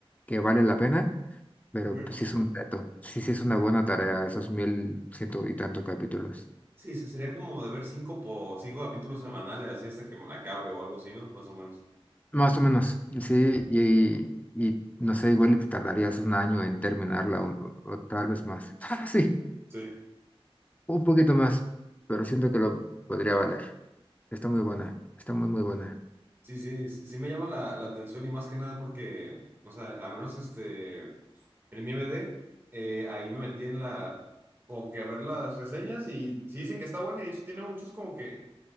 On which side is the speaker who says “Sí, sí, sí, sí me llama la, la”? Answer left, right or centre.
Right